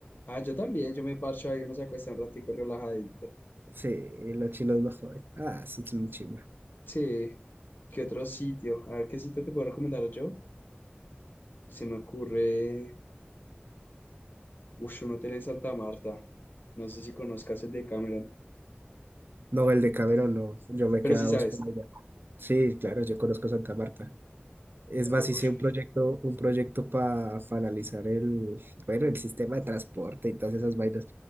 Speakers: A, on the left; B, on the right.
A: Ah, yo también, yo me parcho ahí, uno se acuesta un ratico relajadito.
B: Sí, y los chinos no joden. Ah, eso es muy chiva.
A: Sí, ¿qué otro sitio? A ver, ¿qué sitio te puedo recomendar yo? Se me ocurre, uff, un hotel en Santa Marta. No sé si conozcas el de Cameron,
B: No, el de Cameron no. Yo me
A: pero
B: quedaba
A: sí sabes.
B: por allá. Sí, claro, yo conozco Santa Marta. Es más,
A: Uff,
B: hice un proyecto, un proyecto para analizar el, bueno, el sistema de transporte y todas esas vainas.